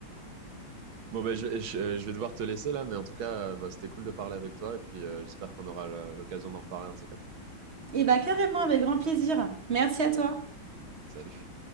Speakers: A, on the right; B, on the right.
A: Bon, ben, je, vais- je, je vais devoir te laisser là, mais en tout cas, euh, bah, c'était cool de parler avec toi et puis euh, j'espère qu'on aura le- l'occasion d'en reparler un de ces quatre.
B: Et bah carrément, avec grand plaisir. Merci à toi.
A: Salut.